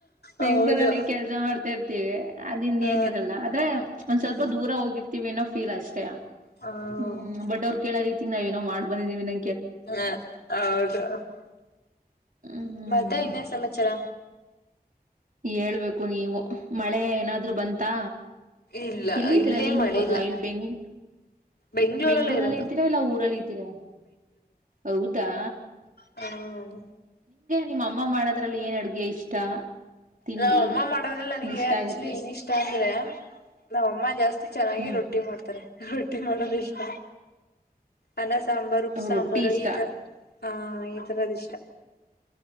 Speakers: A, on the right; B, on the left.
A: ಪಿಂಗ್ನಲ್ಲಿ
B: ಹೌದು
A: ಕೆಲ್ಸ ಮಾಡ್ತಾರ್ತ ಅದ ಇನ್
B: ಹ
A: ಏನಿರಲ್ಲ ಆದ್ರೆ
B: ಹ್ಮ್
A: ಒಂದ್ ಸ್ವಲ್ಪ ದೂರ ಹೋಗಿರ್ತಿೀವಿ ಅನ್ನೋ ಫೀಲ್ ಅಷ್ಟೇ
B: ಹ
A: ಹ್ಮ್ ಬಟ್ ಅವ್ರು ಕೇಳೋ ರೀತಿ ನಾವ್ ಏನೋ ಮಾಡ್ ಬಂದಿದೀವಿ ನ
B: ಹಾ ಹೌದು
A: ಹ್ಮ್
B: ಮತ್ತೆ ಇನ್ನೇನ್ ಸಮಚಾರ
A: ಹೇಳ್ಬೇಕು ನೀವು ಮಳೆ ಏನಾದ್ರು ಬಂತಾ
B: ಇಲ್ಲ
A: ಎಲ್ಲಿದಿರ
B: ಇಲ್ಲೇ
A: ನೀವ್
B: ಮಳೆ
A: ಈವಾಗ
B: ಇಲ್ಲ
A: ಎಲ್ಲಿ ಬೆಂಗ್
B: ಬೆಂಗ್ಳೂರಲ್ಲೇ
A: ಬೆಂಗಳೂರಲ್ಲೆ
B: ಇರೋದು
A: ಇದ್ದೀರಾ ಇಲ್ಲ ಊರಲ್ಲಿ ಇದ್ದೀರಾ ಹೌದಾ
B: ಹ್ಮ
A: ನಿಮ್ಮ ಅಮ್ಮ ಮಾಡೋದ್ರಲ್ಲಿ ಏನ್ ಅಡ್ಗೆ ಇಷ್ಟ ತಿಂಡಿ
B: ನಾವ್ ಅಮ್ಮ ಮಾಡೋದ್ರಲ್ಲಿ ನನಗೆ
A: ಏನ್ ಇಷ್ಟ
B: ಆಕ್ಚುಲಿ
A: ಆಗುತ್ತೆ?
B: ಏನ್ ಇಷ್ಟ ಅಂದ್ರೆ ನಮ್ಮ ಅಮ್ಮ ಜಾಸ್ ಚೆನ್ನಾಗಿ
A: ಹ್ಮ್
B: ರೊಟ್ಟಿ ಮಾಡ್ತಾರೆ ರೊಟ್ಟಿ ಮಾಡೋದ ಇಷ್ಟ ಅನ ಸಾಂಬಾರ ಉಪ್ಪ ಸಾಂಬಾರು
A: ರೊಟ್ಟಿ ಇಷ್ಟ
B: ಈತರ ಹ ಈ ತರ ದಿಸ್ಟ